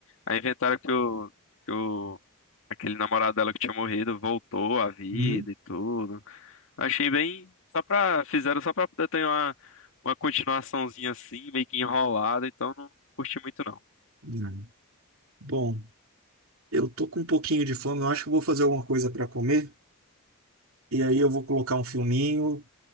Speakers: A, on the left (about 65°); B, on the right (about 70°).
A: Aí inventaram que o, que o, aquele namorado dela que tinha morrido voltou à vida
B: Uhum.
A: e tudo. Achei bem, só pra, fizeram só pra poder ter uma, uma continuaçãozinha assim, meio que enrolada, então não curti muito não.
B: Uhum. Bom, eu tô com um pouquinho de fome, eu acho que eu vou fazer alguma coisa para comer. E aí eu vou colocar um filminho